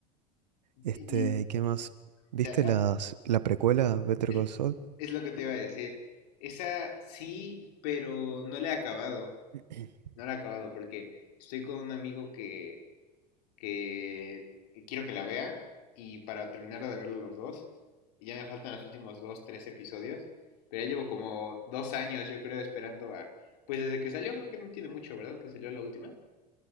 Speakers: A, on the right; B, on the left.
A: Este,
B: Y
A: y ¿qué más? ¿Viste
B: da- ah,
A: las, la precuela Better
B: es,
A: Call Saul?
B: es lo que te iba a decir. Esa sí, pero no la he acabado.
A: <clears throat>
B: No la he acabado porque estoy con un amigo que, que quiero que la vea y para terminar de verla los dos, y ya me faltan los últimos dos, tres episodios, pero ya llevo como dos años, yo creo, esperando a... Pues desde que salió, creo que no tiene mucho, ¿verdad? Que salió la última.